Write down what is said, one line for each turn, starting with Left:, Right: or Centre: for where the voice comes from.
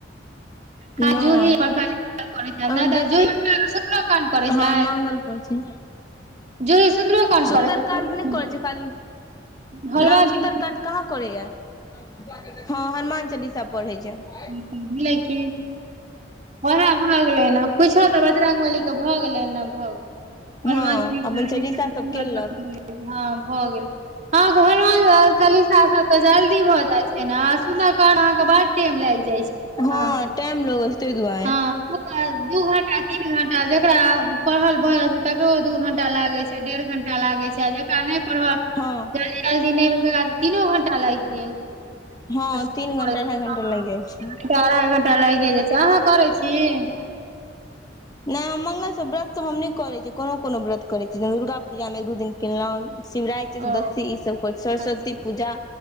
Left: नहि
Right: खाजू ही अपन <unintelligible> छथि
Left: ओहिमे
Right: नहि तऽ
Left: बेसी
Right: जूही शुक्लो काण्ड करै
Left: हां
Right: छथि
Left: मंगल करै छी।
Right: जूही सुन्दरो काण्ड करै
Left: सुन्दरकाण्ड
Right: छथिन
Left: नैय करैय छी खाली,
Right: हलवा
Left: नैय सुन्दरकाण्ड
Right: जी
Left: कहाँ करैया। हां हनुमान चालीसा पढ़ैय छैय।
Right: हूॅं लैकिन ओएह भऽ गेलै नैय कुछो तऽ बजरंगबली के भऽ गेलै नैय भऽ गेलै।
Left: हँ
Right: हनुमान चालीसा
Left: अपन
Right: एकटा के सुन्दरकाण्ड
Left: सब केलक
Right: हां भऽ गेल अहाॅं के हनुमान चलीसा सब त जल्दी भऽ जाय छैय। सुंदरकांड अहाॅं के बड्ड टेम लेग जाय छैय,
Left: हँ
Right: हां।
Left: टाइम लगै छै ताहि दुआरे
Right: तऽ दू घंटा, तीन घंटा जेकरा पढ़ल भऽ जाइ छैय। तकरो दू घंटा लागैय छैय, डेढ़ घंटा लागै छैय आ जेकरा नैय पढ़ल
Left: हँ
Right: जल्दी नैय भेल ते एकरा तीनो घंटा लागि गेल।
Left: हां
Right: तऽ से
Left: तीन
Right: भऽ
Left: घंटा,
Right: जायत।
Left: अढ़ाइ घंटा लागि जाइ छैय।
Right: अढ़ाइ घंटा लागे जाइ छैय, अहाँ करैय छी।
Left: नैय हम मंगलसब व्रत सबऽ हम नैय करैय छी कोनो-कोनो व्रत करैय छी दुर्गा पूजामे एक दू दिन केलहुँ, शिवरात्रि, चतुर्दशी
Right: ओ
Left: ईसभ करै छी, सरस्वती
Right: अच्छा
Left: पूजा।